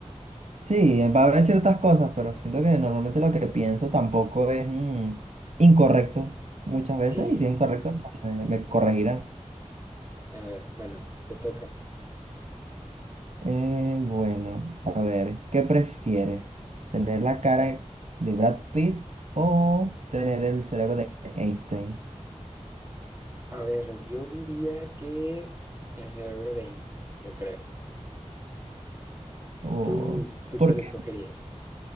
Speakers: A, on the right (about 70°); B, on the right (about 20°).
A: Sí, va a haber ciertas cosas, pero siento que normalmente lo que pienso tampoco es mm, incorrecto muchas
B: Sí,
A: veces, y si es incorrecto, pues, me, me corregirán.
B: a ver, bueno, te toca.
A: Eh, bueno, a ver, ¿qué prefieres? ¿Tener la cara de Brad Pitt o tener el cerebro de Einstein?
B: A ver, yo diría que el cerebro de Einstein, yo creo.
A: O...
B: ¿Tú, tú
A: ¿Por
B: cuál
A: qué?
B: escogerías?